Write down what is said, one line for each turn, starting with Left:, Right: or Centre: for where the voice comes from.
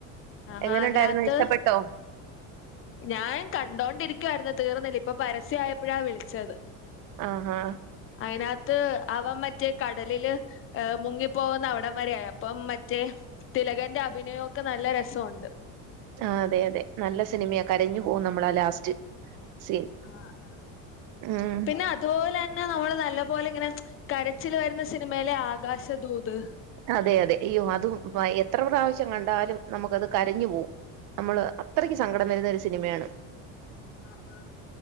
Left: ആഹാ
Right: എങ്ങനെണ്ടാരുന്നു
Left: അതിനകത്ത്
Right: ഇഷ്ടപ്പെട്ടോ
Left: ഞാൻ കണ്ടോണ്ടിരിക്കുവാരുന്നു തീർന്നില്ല ഇപ്പൊ പരസ്യയപ്പോഴാ വിളിച്ചത്
Right: ആഹാ
Left: അയിനത്ത് അവൻ മറ്റേ കടലില് ഏഹ് മുങ്ങിപ്പോകുന്ന അവിടം വരെ ആയി അപ്പം മറ്റേ തിലകന്റെ അഭിനയൊക്കെ നല്ല രസവോണ്ട്
Right: ആ അതെ അതെ നല്ല സിനിമയാ കരഞ്ഞു പോകും നമ്മളാ ലാസ്റ്റ് സീൻ
Left: ആ ആ
Right: ഉം
Left: പിന്നെ അതുപോലെ ന്നെ നമ്മള് നല്ല പോലെ ഇങ്ങനെ കരച്ചില് വരുന്ന സിനിമയല്ലെ ആകാശദൂത്
Right: അതെ അതെ അയ്യോ അതും എത്ര പ്രാവശ്യം കണ്ടാലും നമുക്കത് കരഞ്ഞു പോകും നമ്മള് അത്രക്ക് സങ്കടം വരുന്ന ഒരു സിനിമയാണ്
Left: ആ ആ